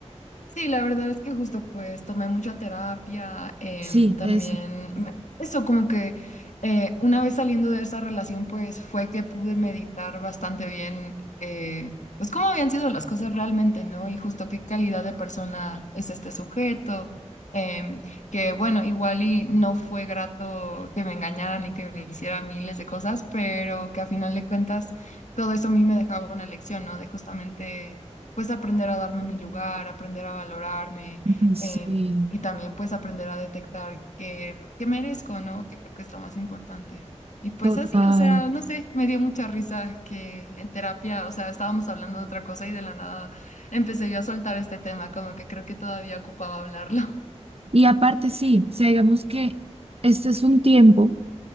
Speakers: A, on the left; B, on the right.
A: Sí, la verdad es que justo pues tomé mucha terapia, em,
B: Sí,
A: también
B: eso,
A: me- eso como que eh, una vez saliendo de esa relación pues fue que pude meditar bastante bien eh, pues cómo habían sido las cosas realmente, ¿no? Y justo qué calidad de persona es este sujeto, em, que bueno, igual y no fue grato que me engañaran y que me hicieran miles de cosas, pero que a final de cuentas todo eso a mí me dejaba una lección, ¿no? De justamente pues aprender a darme mi lugar, aprender a valorarme
B: Ay, sí,
A: em, y también pues aprender a detectar que, que merezco, ¿no? Que creo que es lo más importante. Y pues
B: total.
A: así, o sea, no sé, me dio mucha risa que en terapia, o sea, estábamos hablando de otra cosa y de la nada empecé yo a soltar este tema, como que creo que todavía ocupaba hablarlo. <laughs>
B: Y aparte, sí, o sea, digamos que este es un tiempo.